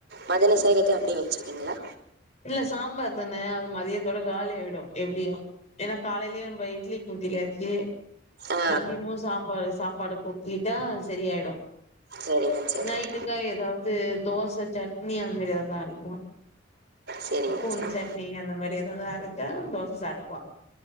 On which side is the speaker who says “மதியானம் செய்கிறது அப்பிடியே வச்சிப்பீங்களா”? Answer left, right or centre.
Right